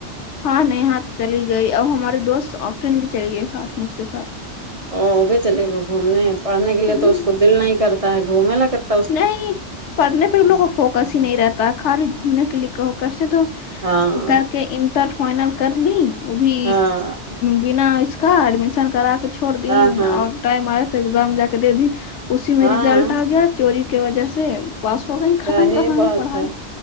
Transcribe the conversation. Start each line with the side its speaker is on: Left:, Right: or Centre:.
Left: ہاں نیہا تو چلی گئی اور ہمارے دوست آفرین بھی چلی گئی ساتھ میں اس کے ساتھ
Right: او وہ بھی چلے گا گھومنے پڑھنے کے لیے
Left: ہوں
Right: تو اس کو دل نہیں کرتا ہے گھومنے لکت
Left: نہیں پڑھنے پہ ان لوگوں کو فوکس ہی نہیں رہتا ہے خالی گھومنے کے لیے کہو کسے تو
Right: ہاں
Left: کر کے انٹر فائنل کر لی وہ بھی
Right: ہاں
Left: بنا اس کا ایڈمیشن کرا چھوڑدین
Right: ہاں ہاں
Left: اور ٹائم آیا تو ایگزام جا کے دے دی اسی میں
Right: ہاں
Left: ریزلٹ آ گیا چوری کی وجہ سے پاس ہو گئی ختم
Right: صحیح
Left: کہانی
Right: بات
Left: پڑھائی
Right: ہے